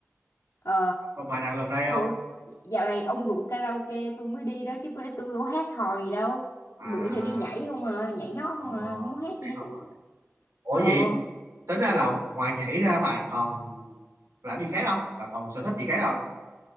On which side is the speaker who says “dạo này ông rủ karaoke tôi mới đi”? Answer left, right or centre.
Left